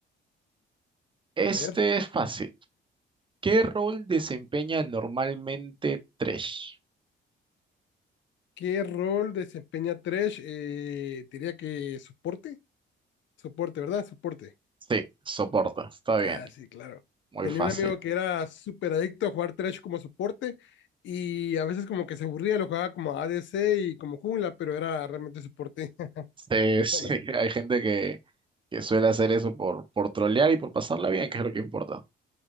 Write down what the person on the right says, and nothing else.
Este
es fácil. ¿Qué rol desempeña normalmente Thresh?
Sí, soporta, está bien,
muy
fácil.
Sí, <laughs> sí,
hay gente que, que suele hacer eso por, por trolear y por pasarla bien, que es lo que importa.